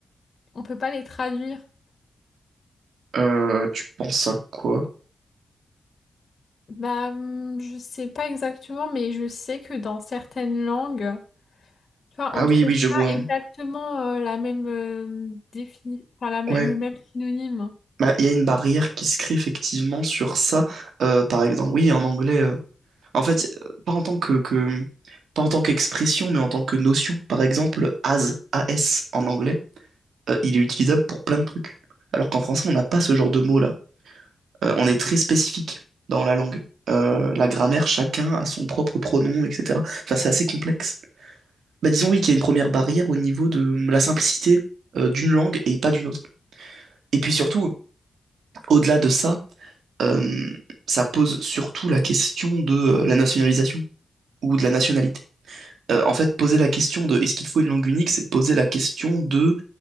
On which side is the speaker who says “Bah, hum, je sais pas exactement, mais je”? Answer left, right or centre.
Left